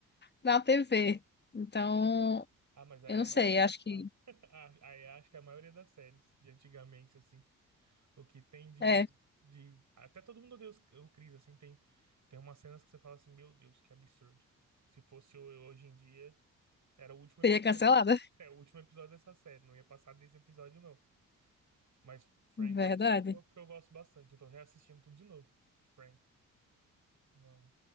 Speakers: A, on the left; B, on the right.
A: na TV. Então,
B: Ah, mas aí
A: eu
B: é
A: não
B: a maioria
A: sei,
B: das.
A: eu acho que,
B: Ah, <laughs> ah, aí acho que é a maioria das séries de antigamente, assim, o que tem de.
A: é,
B: de... Até todo mundo odeia os- o Chris, assim, tem, tem umas cenas que você fala assim, meu Deus, que absurdo. Se fosse eu hoje em dia, era o último episódio
A: seria cancelado.
B: dessa... <laughs> É, o último episódio dessa série, não ia passar desse episódio, não. Mas Friends
A: Verdade.
B: é uma série que eu, que eu gosto bastante. Eu tô reassistindo tudo de novo. Friends. Uma,